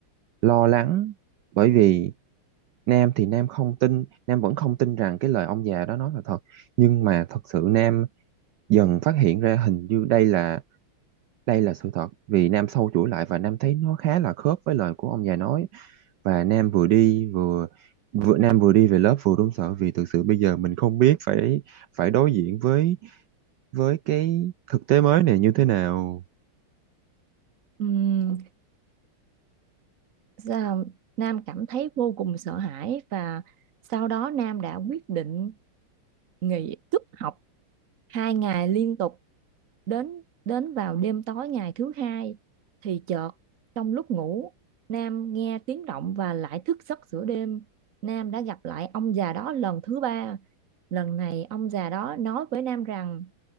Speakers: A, on the right; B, on the right.
A: lo lắng bởi vì Nam thì Nam không tin, Nam vẫn không tin rằng cái lời ông già đó nói là thật, nhưng mà thật sự Nam dần phát hiện ra hình như đây là đây là sự thật vì Nam sâu chuỗi lại và Nam thấy nó khá là khớp với lời của ông già nói và Nam vừa đi vừa vừa Nam vừa đi về lớp vừa run sợ vì thực sự bây giờ mình không biết phải phải đối diện với với cái thực tế mới này như thế nào.
B: ừm, Dạ, Nam cảm thấy vô cùng sợ hãi và sau đó Nam đã quyết định nghỉ cúp học hai ngày liên tục đến đến vào đêm tối ngày thứ hai thì chợt trong lúc ngủ Nam nghe tiếng động và lại thức giấc giữa đêm Nam đã gặp lại ông già đó lần thứ ba lần này ông già đó nói với Nam rằng